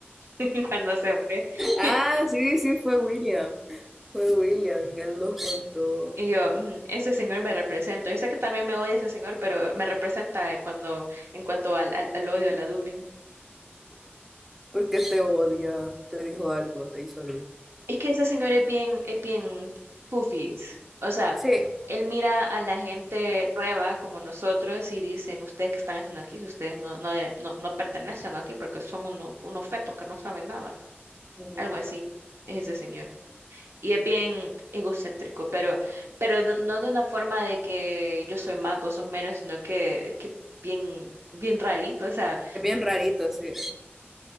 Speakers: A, on the right; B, in the centre.
A: <laughs> cuando se fue.
B: Ah,
A: <laughs>
B: sí, sí, fue William. Fue William, él lo contó.
A: Y yo, "Mm, ese señor me representa. Yo sé que también me odia ese señor, pero me representa cuando, en cuanto al, al, al odio a la Dublin.
B: ¿Por qué te odia? ¿Te dijo algo? ¿Te hizo algo?
A: Es que ese señor es bien, es bien fufis. O sea,
B: Sí,
A: él mira a la gente nueva como nosotros y dicen, ustedes qué están haciendo aquí, ustedes no, no, no, no pertenecen aquí porque son unos, unos fetos que no saben nada.
B: Ujú.
A: Algo así es ese señor. Y es bien egocéntrico, pero, pero no no de una forma de que yo soy más, vos sos menos, sino que es que bien, bien rarito, o sea.
B: Es bien rarito, sí.